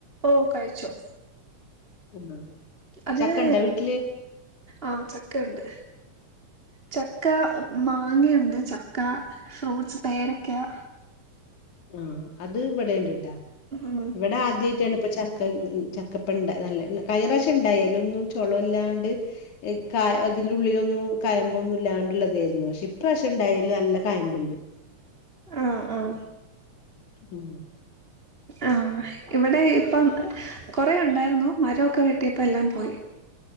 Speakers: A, on the right (about 20°); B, on the left (about 80°).
A: ഓ കയിച്ചോ
B: ആഹ്
A: അതിന്
B: ചക്ക ഇണ്ടാ വീട്ടില്
A: ആഹ് ചക്കണ്ട് ചക്ക, മാങ്ങണ്ട്, ചക്ക, ഫ്രൂട്ട്സ് പേരക്ക. <inaudible>
B: ആഹ് അത് ഇവിടെ ഉണ്ട് കേട്ടാ
A: ഉം
B: ഇവിടെ ആദ്യമായിട്ടാണ് ഇപ്പ ച ക്ക ചക്കപ്പ ഇണ്ട നല്ല കഴിഞ്ഞ പ്രാവശ്യം ഇണ്ടായി അതിലൊന്നും ചോള ഇല്ലാണ്ട് ക അതിൽ ഉള്ളിലൊന്നും കയമ്പൊന്നും ഇല്ലാണ്ട്ള്ളതായിരുന്നു പക്ഷെ ഇപ്രാവശ്യം ഉണ്ടായേല് നല്ല കയമ്പ്ണ്ട്
A: ആഹ് ആഹ്
B: ഉം
A: ആഹ് ഇവടെ ഇപ്പം കൊറെ ഉണ്ടായിരുന്നു മരമൊക്കെ വെട്ടിയപ്പോ എല്ലാം പോയി